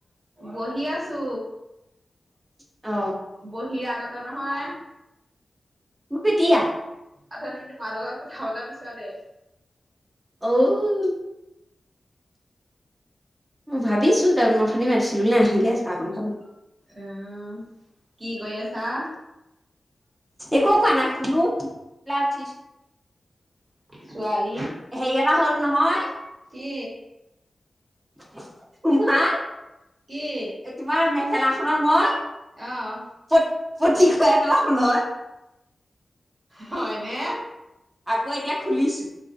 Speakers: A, on the right; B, on the right.
A: বহি আছো
B: অ
A: বহি আগত নহয়
B: মোক এতিয়া
A: অথনি তোমাৰ লগত কথা পতা পিছতেই
B: ঔই ভাবিছো তাৰ ম অথনি মাতিছিলো নে আহিলে চাহকণ খাব,
A: অ' কি কৰি আছা?
B: একো কোৱা নাই শুলো উঠিছো
A: ছোৱাল
B: হেৰি এটা হল নহয় হয়
A: কি?
B: <unintelligible>
A: কি?
B: এই তোমাৰ মে খেলাখনত মই
A: অ'
B: পট পটি খোৱাই পেলালো নহয়।
A: হয়নে?
B: আকৌ এতিয়া খুলিছো